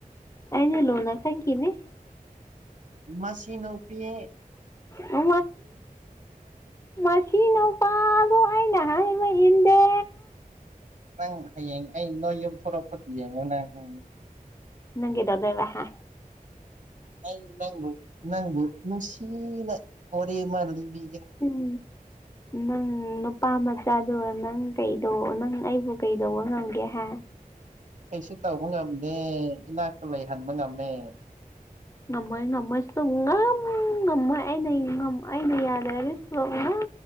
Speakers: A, on the left (about 20°); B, on the right (about 55°).
A: ꯑꯅꯤ ꯂꯣꯅꯥ ꯁꯀꯤꯅꯦ
B: ꯃꯁꯤꯟ ꯎ ꯄ
A: ꯃ ꯃꯁꯤ ꯎ ꯄ ꯅ ꯍꯥꯏ ꯏ ꯏꯟꯗ
B: ꯅꯪ ꯍꯌꯦꯡ ꯑꯩ ꯅꯣꯏ ꯌꯨꯝ ꯊꯣꯔꯛꯄꯗꯨ ꯌꯦꯡꯉꯣ ꯅꯪ ꯎꯝ
A: ꯅꯪꯗꯣ ꯗꯩꯕ ꯍꯥ
B: ꯑꯩ ꯅ ꯅꯪꯕ ꯅꯨꯡꯁꯤꯅ ꯍꯣꯔꯦ ꯃꯥꯥꯂꯤꯕꯤ
A: ꯎꯝ ꯅꯪ ꯅꯨꯄꯥ ꯃꯆꯥꯗꯣ ꯅꯪ ꯀꯩꯗ ꯅꯪ ꯑꯩꯕꯨ ꯀꯩꯗꯧꯕ ꯉꯝꯒꯦ ꯍꯥꯏ
B: ꯀꯩꯁꯨ ꯇꯧꯕ ꯉꯝꯗꯦ ꯏꯅꯥꯛꯇ ꯂꯩꯍꯟꯕ ꯉꯝꯃꯦ
A: ꯅꯃ ꯅꯃ ꯆ ꯉ ꯅꯪ ꯉꯝꯃꯣꯏ ꯑꯩꯅ ꯑꯩꯅ ꯌꯥꯗꯔꯁꯨꯕ ꯅꯪ